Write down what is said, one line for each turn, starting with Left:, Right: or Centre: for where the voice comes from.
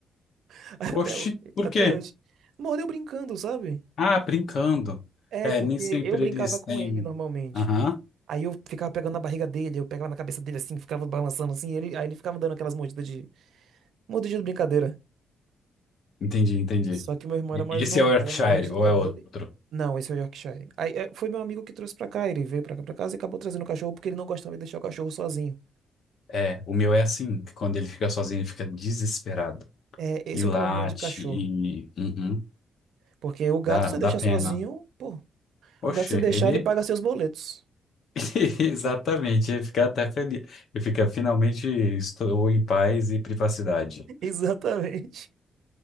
Right: <laughs> Até
Left: Oxi,
Right: hoje,
Left: por
Right: até
Left: quê?
Right: hoje. Mordeu brincando, sabe?
Left: Ah, brincando.
Right: É,
Left: É,
Right: porque
Left: nem sempre
Right: eu brincava
Left: eles
Right: com
Left: têm.
Right: ele normalmente.
Left: Aham,
Right: Aí eu ficava pegando na barriga dele, eu pegava na cabeça dele assim, ficava balançando assim, e ele, aí ele ficava dando aquelas mordidas de, mordida de brincadeira.
Left: entendi, entendi.
Right: Só que meu irmão
Left: E-
Right: era mais
Left: Esse
Right: novo,
Left: é o Yorkshire,
Right: aí a mordida
Left: ou é
Right: dele.
Left: outro?
Right: Não, esse é o Yorkshire. Aí é, foi meu amigo que trouxe pra cá, ele veio pra cá pra casa e acabou trazendo o cachorro porque ele não gostava de deixar o cachorro sozinho.
Left: É, o meu é assim, que quando ele fica sozinho, ele fica desesperado.
Right: É, esse
Left: E late,
Right: é o problema de cachorro.
Left: e. Uhum,
Right: Porque o gato
Left: dá,
Right: você
Left: dá
Right: deixa
Left: pena.
Right: sozinho, pô,
Left: Oxe,
Right: o gato se deixar,
Left: ele.
Right: ele paga seus boletos.
Left: <laughs> Exatamente, ele fica até feliz. Ele fica, finalmente, estou em paz e privacidade.
Right: <laughs> Exatamente.